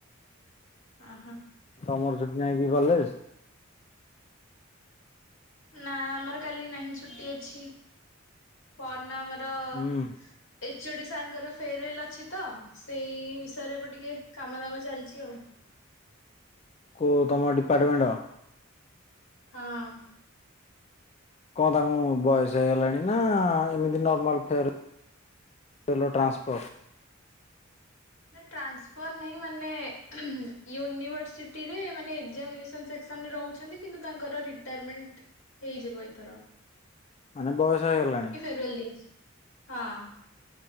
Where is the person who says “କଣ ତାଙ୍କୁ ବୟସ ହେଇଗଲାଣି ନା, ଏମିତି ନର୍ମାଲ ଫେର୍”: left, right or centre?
Left